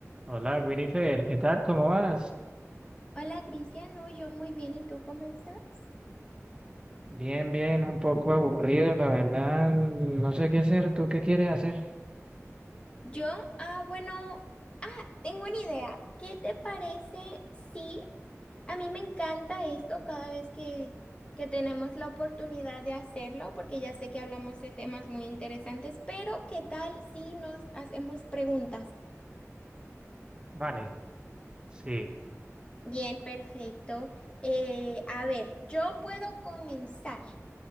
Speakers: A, on the right; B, on the left.
A: Hola, Winifred, ¿qué tal? ¿Cómo vas?
B: Hola Cristian, no, yo muy bien, ¿y tú cómo estás?
A: Bien, bien, un poco aburrido, la verdad, no sé qué hacer. ¿Tú qué quieres hacer?
B: Yo, ah, bueno, ah, tengo una idea. ¿Qué te parece si a mí me encanta esto cada vez que, que tenemos la oportunidad de hacerlo, porque ya sé que hablamos de temas muy interesantes, pero ¿qué tal si nos hacemos preguntas?
A: Vale, sí,
B: Bien, perfecto. Eh, a ver, yo puedo comenzar.